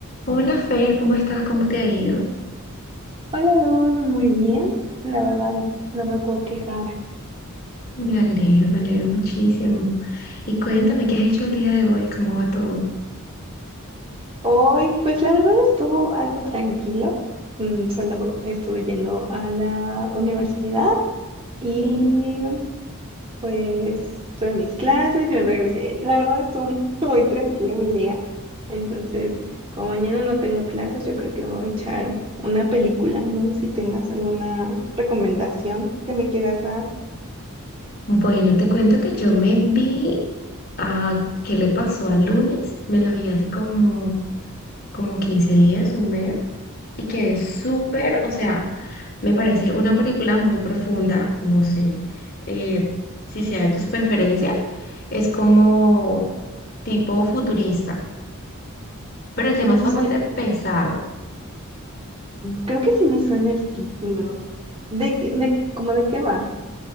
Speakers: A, on the left (about 45°); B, on the right (about 25°).
A: Hola Fer, ¿cómo estás? ¿Cómo te ha ido?
B: Hola Luz, muy bien. La verdad, no me puedo quejar.
A: Me alegro, me alegro muchísimo. Y cuéntame, ¿qué has hecho el día de hoy? ¿Cómo va todo?
B: Hoy, pues la verdad estuvo algo tranquilo. Mm, solo estuve yendo a la universidad y
A: ¿Sí?
B: pues tuve mis clases y me regresé. La verdad estuvo <laughs> muy tranquilo mi día. Entonces, como mañana no tengo clases, yo creo que me voy a echar una película. No sé si tengas alguna recomendación que me quieras dar.
A: Bueno, te cuento que yo me vi a qué le pasó al lunes. Me la vi hace como, como 15 días, un mes. Y que es súper, o sea, me parece una película muy profunda. No sé eh, si sea de tus preferencias. Es como tipo futurista. Pero el tema
B: Me
A: es
B: suena,
A: bastante pesado.
B: creo que sí me suena el título. ¿De qué, de, cómo de qué va?